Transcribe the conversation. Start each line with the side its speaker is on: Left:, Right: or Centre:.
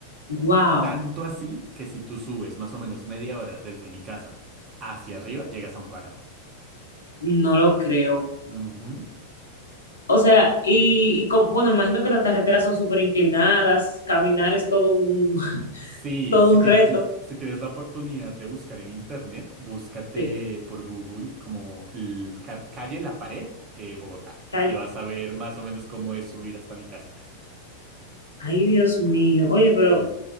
Left: wow,
Right: Tanto así que si tú subes más o menos media hora desde mi casa hacia arriba, llegas a un páramo.
Left: no lo creo.
Right: Ujú.
Left: O sea, y, y con- bueno, imagino que las carreteras son súper inclinadas, caminar es todo un, <laughs>
Right: Sí,
Left: todo
Right: si
Left: un
Right: tienes,
Left: reto.
Right: si tienes la oportunidad de buscar en internet, búscate
Left: Sí,
Right: por Google como l- ca- calle La Pared, eh, Bogotá.
Left: calle.
Right: Y vas a ver más o menos cómo es subir hasta mi casa.
Left: Ay, Dios mío. Oye, pero
Right: Sí.